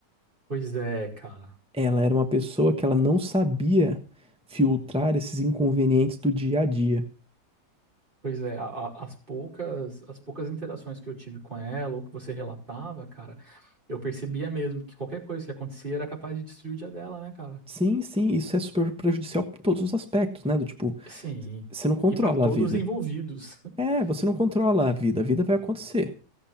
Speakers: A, on the right; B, in the centre.
A: Pois é, cara.
B: Ela era uma pessoa que ela não sabia filtrar esses inconvenientes do dia a dia.
A: Pois é, a- a- as poucas, as poucas interações que eu tive com ela, ou que você relatava, cara, eu percebia mesmo que qualquer coisa que acontecia era capaz de destruir o dia dela, né, cara?
B: Sim, sim, isso é super prejudicial em todos os aspectos, né? Do tipo,
A: Sim,
B: você não controla
A: e para todos
B: a vida.
A: os envolvidos. <laughs>
B: É, você não controla a vida, a vida vai acontecer.